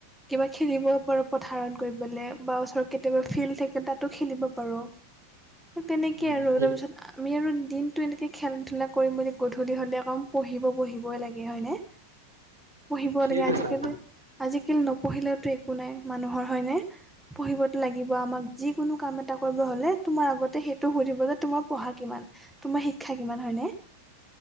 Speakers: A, in the centre; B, on the right (about 80°).
A: কিবা খেলিবও পাৰোঁ পথাৰত গৈ পেলাই বা ওচৰত কেতিয়াবা ফিল্ড থাকে তাতো খেলিব পাৰোঁ।
B: <inaudible>
A: তেনেকে
B: উম,
A: আৰু
B: ঠিক
A: তাৰ পিছত আমি আৰু দিনতটো এনেকে খেলা ধলা কৰিম বুলি গধূলি হ'লে কম পঢ়িব পঢ়িবই লাগে হয়নে পঢ়িব
B: ঠিক
A: লাগে
B: কৈছা
A: আজিকালি
B: আপুনি।
A: আজিকালি নপঢ়িলেওতো একো নাই মানুহৰ হয়নে। পঢ়িবতো লাগিব আমাক যিকোনো কাম এটা কৰিব হলে তোমাৰ আগতে সেইটো সুধিব যে তোমাৰ পঢ়া কিমান। তোমাৰ শিক্ষা কিমান হয়নে।